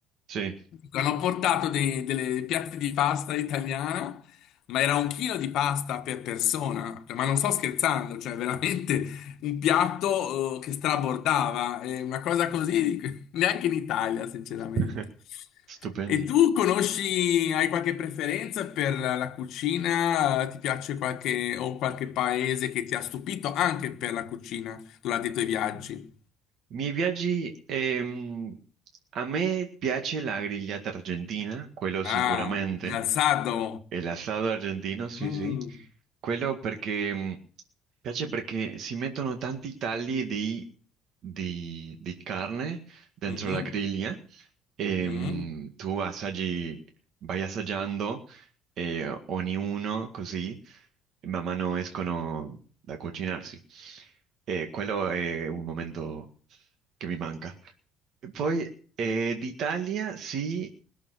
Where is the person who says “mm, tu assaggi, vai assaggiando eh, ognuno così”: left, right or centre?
Right